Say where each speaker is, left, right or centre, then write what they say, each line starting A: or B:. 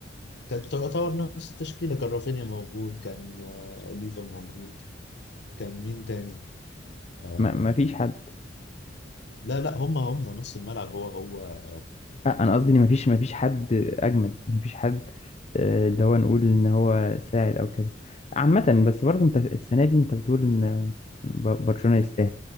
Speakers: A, on the left (about 60°); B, on the left (about 35°).
A: كانت تعتبر نفس التشكيله كان رافينيا موجود كان آه، ليفا موجود كان مين تاني آه،
B: ما ما فيش حد
A: لا لا هم هم نص الملعب هو هو
B: أه أنا قصدي إن ما فيش ما فيش حد أجمد ما فيش حد آه، اللي هو نقول إن هو ساعد أو كده عامة بس برضه أنت السنة دي أنت بتقول إن ب- برشلونة يستاهل